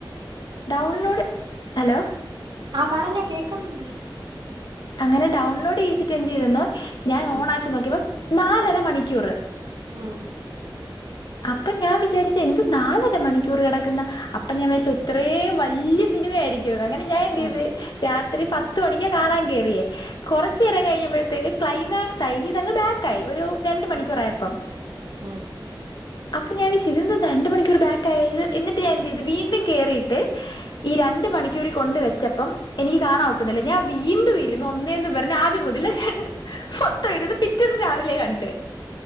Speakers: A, on the left; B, on the right.
A: Download hello.
B: ആഹ് പറഞ്ഞോ കേൾക്കുന്നുണ്ട്.
A: അങ്ങനെ ഡൗൺലോഡ് ചെയ്തിട്ട് എന്ത് ചെയ്തെന്നോ ഞാൻ
B: ഉം
A: ഓൺ ആക്കി നോക്കിയപ്പോ നാലര മണിക്കൂറ്.
B: ആഹ്.
A: അപ്പൊ ഞാൻ വിചാരിച്ച് എന്ത് നാലര മണിക്കൂർ കെടക്കുന്ന അപ്പ ഞാൻ വെരിച്ചു
B: ഉം
A: ഇത്രേ വലിയ. ഇനി പേടിക്കോന്ന് അങ്ങനെ ഞാൻ എന്തേത്
B: ഉം ഉം ഉം ഉം ഉം ഉം
A: രാത്രി പത്ത് മണിക്ക് കാണാൻ കേറിയേ. കൊറച് നേരം കഴിഞ്ഞപ്പോഴത്തേക്ക് ക്ലൈമാക്സായി ഇതങ്ങ് ബാക്കായി ഒരു രണ്ട് മണിക്കൂറായപ്പം.
B: ഉം
A: അപ്പൊ ഞാൻ വിച്ചു ഇതെന്തോ രണ്ട് മണിക്കൂർ ബാക്കായ് ത് എന്നിട്ട് എന്തേ ത് വീണ്ടും കേയറിയിട്ട്. ഈ രണ്ട് മണിക്കൂർ കൊണ്ട് വെച്ചപ്പം എനിക്ക് കാണാ ഒക്കുന്നില്ല ഞാൻ. വീണ്ടും ഇരുന്നു ഒന്നേന്ന് വരഞ് ആദ്യം മുതൽ മൊത്തം ഇരുന്ന് പിറ്റന്ന് രാവിലെ കണ്ട്.